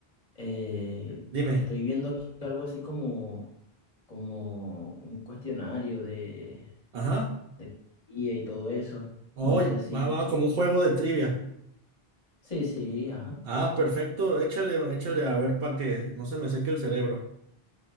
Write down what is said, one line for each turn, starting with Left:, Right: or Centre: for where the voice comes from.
Left: Eh,
Right: Dime.
Left: estoy viendo aquí algo así como, como un cuestionario de,
Right: Ajá.
Left: de guía y todo eso.
Right: Hoy
Left: No sé si...
Right: va, va como un
Left: te
Right: juego
Left: interesa.
Right: de trivia.
Left: Sí, sí, ajá.
Right: Ah, perfecto. Échale, échale a ver para que no se me seque el cerebro.